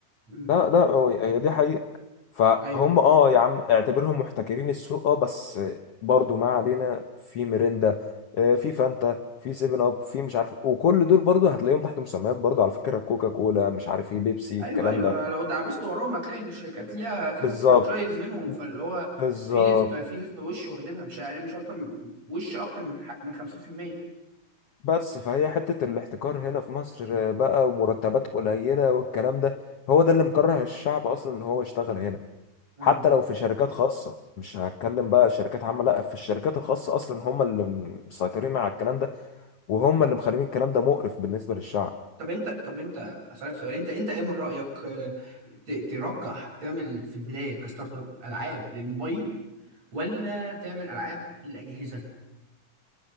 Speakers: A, on the right; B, on the left.
A: امم
B: لا لا هو- هي دي حقيقة فهم
A: ايوه
B: اه يا عم اعتبرهم محتكرين السوق اه بس برضو ما علينا في ميريندا آه، في فانتا في سيفن اب في مش عارف وكل دول برضو هتلاقيهم تحت مسميات برضو على فكرة كوكا كولا مش عارف ايه بيبسي
A: ايوه
B: الكلام
A: ايوه
B: ده
A: لو دعبست وراهم هتلاقي ان الشركات ليها كذا
B: بالظبط
A: فرانشايز منهم فاللي هو
B: بالظبط
A: في نسبه في نسبه وش واخدينها مش اقل مش اكتر من- وش اكتر من حق من 50%
B: بس فهي حتة الاحتكار هنا في مصر آه، بقى ومرتبات قليلة والكلام ده هو ده اللي مكره الشعب اصلا ان هو يشتغل هنا
A: امم
B: حتى لو في شركات خاصة مش هتكلم بقى شركات عامة لا في الشركات الخاصة أصلا هم اللي مسيطرين على الكلام ده وهم اللي مخلين الكلام ده مقرف بالنسبة للشعب
A: طب انت طب انت اسالك سؤال انت انت ايه من رايك آه، ت- ترجح تعمل في البدايه كستارت اب العاب للموبايل ولا تعمل العاب للاجهزه